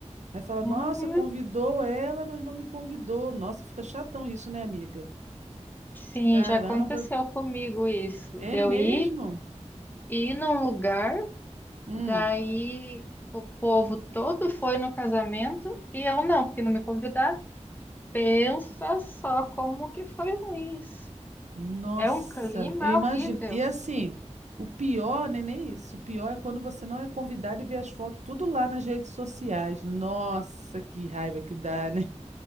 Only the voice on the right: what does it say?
Aí fala,
nossa, convidou ela, mas não me convidou. Nossa, fica chatão isso, né, amiga?
Caramba,
é
mesmo?
Hum.
Nossa,
eu imagino.
E assim, o pior, né, nem isso. O pior é quando você não é convidado e vê as fotos tudo lá nas redes sociais. Nossa, que raiva que dá, né?